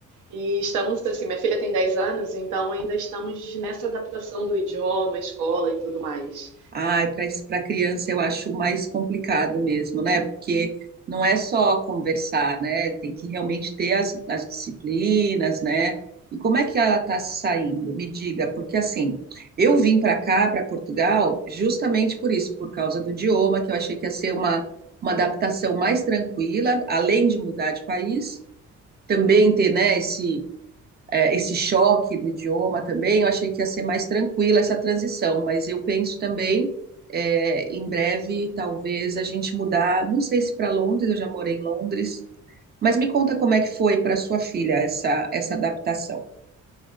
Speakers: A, on the right (about 80°); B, on the right (about 35°).
A: E estamos assim, minha filha tem 10 anos, então ainda estamos nessa adaptação do idioma, escola e tudo mais.
B: ai, para para criança eu acho mais complicado mesmo, né? Porque não é só conversar, né? Ele tem que realmente ter as, as disciplinas, né? E como é que ela está se saindo? Me diga, porque assim, eu vim para cá, para Portugal, justamente por isso, por causa do idioma, que eu achei que ia ser uma, uma adaptação mais tranquila, além de mudar de país, também ter, né, esse é, esse choque do idioma também, eu achei que ia ser mais tranquila essa transição, mas eu penso também, é, em breve, talvez, a gente mudar, não sei se para Londres, eu já morei em Londres, mas me conta como é que foi para sua filha essa, essa adaptação.